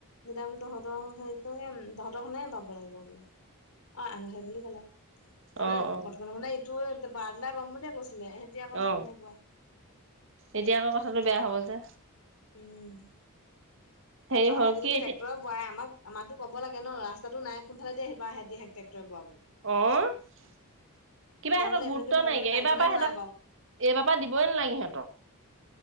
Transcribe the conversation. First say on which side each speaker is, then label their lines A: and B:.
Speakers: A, on the left (about 75°); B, on the right (about 60°).
A: দেতা বোলে তহঁতৰ সে তহঁতৰ খনেহ পাব লাগিব বোলে অ আগ়ি বুলি ক'লো তাৰানে
B: অ অ
A: কঠ মানে ইটো বাৰদলাই পাম বুলিয়ে কৈচোন ছিলে সেতি আকৌ সেই
B: অ
A: নে বাই
B: এতিয়া আকৌ কথাটো বেয়া হব যে।
A: উম
B: হেৰি
A: আম
B: হ'ল
A: সহতে
B: কি
A: যদি
B: এতিয়া
A: ট্ৰেক্টৰ বোৱাই আমাক আমাকো কব লাগে ন ৰাস্তাটো নাইোনালে দে আহিবাহেহতিে টেক্টৰ বক
B: অ কিবা
A: তেতিয়া
B: সহতক
A: বোলে এইফালেদি
B: গুৰুত্ব
A: সোমাবলৈ
B: নাইকিয়
A: পাৰিব
B: এইবাৰ
A: নে
B: পৰা
A: নোৱাৰে
B: সিহঁতক <unintelligible>
A: বাৰু
B: এইবাৰ পৰা দিবই নালাগে সিহতক।